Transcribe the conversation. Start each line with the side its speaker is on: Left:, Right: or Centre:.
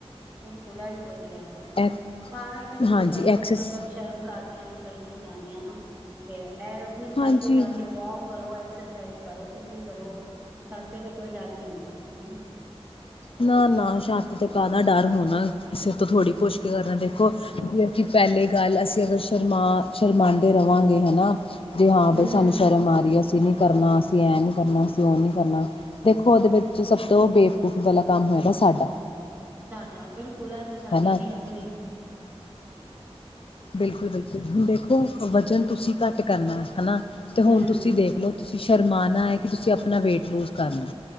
Right: ਬਿਲਕੁਲ ਐਹ ਵੀ ਵਧੀਆ।
Left: ਐ
Right: ਪਾਰਾ ਕਿਸਦੇ
Left: ਹਾਂਜੀ
Right: ਕਈ
Left: ਐਕਸਸ
Right: ਮਤਲਬ ਸ਼ਰਮ। ਕਰਦੀਆਂ ਨੇ ਕਈ ਨਹੀਂ ਜਾਂਦੀਆਂ ਨਾ ਤੇ ਕ ਐਹ ਆਪਣੀ ਛੱਤ
Left: ਹਾਂਜੀ
Right: ਤੇ ਜਾ ਕੇ ਵੋਕ ਕਰੋ ਐਕਸਰਸਾਈਜ਼ ਕਰੋ ਕੁਛ ਵੀ ਕਰੋ ਛੱਤ ਤੇ ਕੋਈ ਡਰ ਨੀ ਹੁੰਦਾ ਹੁ
Left: ਨਾ ਨਾ ਛੱਤ ਤੇ ਕਾਹਦਾ ਡਰ ਹੋਣਾ ਕਿਸੇ ਤੋਂ ਥੋੜ੍ਹੀ ਪੁੱਛ ਕੇ ਕਰਨਾ ਦੇ ਦੇਖੋ ਜ ਅਸੀਂ ਪਹਿਲੇ ਗੱਲ ਅਸੀਂ ਅਗਰ ਸ਼ਰਮਾ ਸ਼ਰਮਾਂਦੇ ਰਹਵਾਂਗੇ ਹਨਾ ਜੇ ਹਾਂ ਬਈ
Right: ਹੂੰ
Left: ਸਾਨੂੰ ਸ਼ਰਮ ਆ ਰਹੀ ਹੈ ਅਸੀਂ ਨੀ ਕਰਨਾ ਅਸੀਂ ਐਂ ਨੀ ਕਰਨਾ ਅਸੀਂ ਉਹ ਨੀ ਕਰਨਾ ਦੇਖੋ ਉਹਦੇ ਵਿੱਚ ਸਭ ਤੋਂ ਬੇਵਕੂਫੀ ਵਾਲਾ ਕੰਮ ਹੋਏਗਾ ਸਾਡਾ
Right: ਸਾਡਾ ਬਿਲ ਸਕੂਲਾ ਤਾਂ ਸਾਡੇ
Left: ਹਨਾ-ਹਨਾ
Right: ਹੀ ਆਪ
Left: ਬਿਲਕੁਲ-ਬਿਲਕੁਲ ਹੁਣ ਦੇਖੋ ਵਜ਼ਨ ਤੁਸੀਂ ਘੱਟ ਕਰਨਾ ਹਨਾ ਤੇ ਹੁਣ
Right: ਹੂੰ
Left: ਤੁਸੀਂ ਦੇਖਲੋ ਤੁਸੀਂ ਸ਼ਰਮਾਨਾ ਹੈ ਕਿ ਤੁਸੀਂ ਆਪਣਾ ਵੇਟ ਲੂਜ ਕਰਨਾ